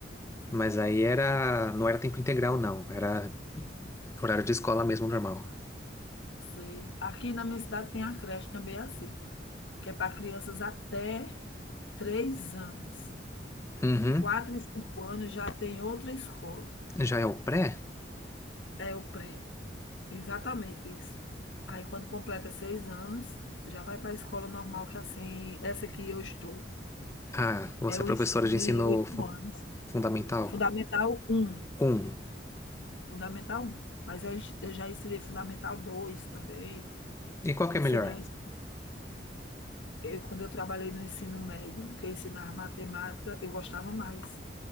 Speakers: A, on the left; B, on the left.
A: Mas aí era, não era tempo integral, não. Era horário de escola mesmo, normal.
B: Sei. Aqui na minha cidade tem a creche também é assim, que é para crianças até três anos.
A: Uhum.
B: Quatro e cinco anos já tem outra escola.
A: Já é o pré?
B: É o pré, exatamente isso. Aí quando completa seis anos, já vai para a escola normal, que é assim, essa que eu estou.
A: Ah, você
B: É o
A: é professora
B: ensino
A: de ensino
B: de oito
A: fu-
B: anos.
A: fundamental?
B: Fundamental um
A: Um.
B: Fundamental um Mas eu, ens- eu já ensinei Fundamental 2 também.
A: E qual que
B: Ensinei,
A: é melhor?
B: o ens- eu, quando eu trabalhei no ensino médio, que eu ensinava matemática, eu gostava mais.